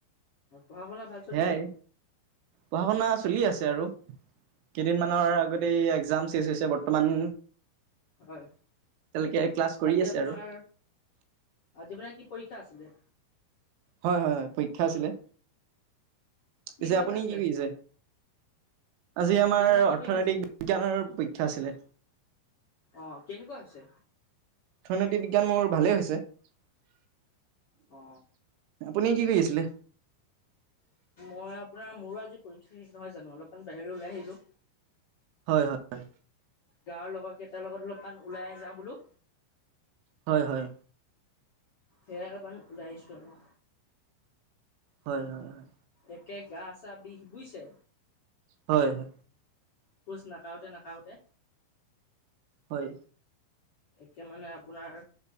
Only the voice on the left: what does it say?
পঢ়া শুনা ভাল চলিছে
হয়
আজি
আপোনাৰ,
আজি মানে কি পৰীক্ষা আছিলে?
কি
পৰীক্ষা
আছিলে
আজি
আপোনাৰ কি
পৰীক্ষা আছিলে
অ কেনেকুৱা হৈছে
অ
মই আপোনাৰ মোৰো আজি পৰীক্ষা শেষ নহয় জানো অলপমান বাহিৰত ওলাই আহিলো
গাঁৱৰ লগৰ কেইটাৰ লগত অলপমান ওলাই যাওঁ বোলো
সেয়া অলপমান ওলাইছো আৰু।
একে গা চা বিষ বুজিছে।
খোজ নাকাওতে-নাকাওতে।
একে মানে আপোনাৰ